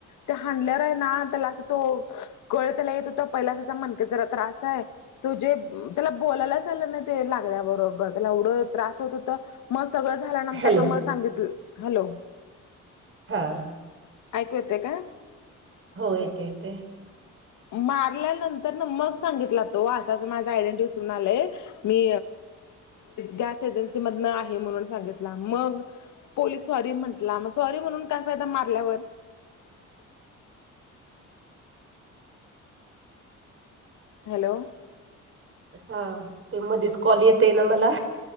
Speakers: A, on the left; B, on the right.
A: ते हांणल्यावर आहे ना त्याला असं तो कळ त्याला येत होता पहिलाच त्याचा मणकयाचा जरा त्रास आहे. तो जे त्याला बोलायलाच आलं नाही ते लागल्या बरोबर त्याला एवढं त्रास होत होत. मग सगळं झाल्यानंतर
B: हॅलो
A: ना मग सांगितलं हॅलो!
B: हां
A: ऐकू येतं का
B: हो येते येते.
A: मारल्यानंतर ना मग सांगितला तो असा माझा आयडेंटीटी विसरून आले मी गॅस एजन्सी मधन आहे म्हणून सांगितला मग पोलीस सॉरी म्हटला मग, सॉरी म्हणून काय फायदा मारल्यावर हॅलो
B: हा ते मधच कॉल येते ना मला